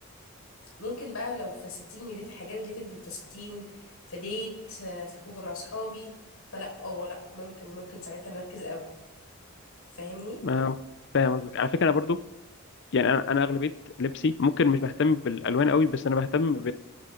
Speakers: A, on the left (about 75°); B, on the left (about 55°).
A: ممكن بقى لو فساتين ريليتد حاجات ريليتد بالفساتين في ديت آه، في خروجه مع صحابي فلا اه لا ممكن ممكن ساعتها نركز قوي فاهمني
B: ما هو فاهم قصدك على فكره انا برضو يعني انا انا اغلبيه لبسي ممكن مش بهتم بالالوان قوي بس انا بهتم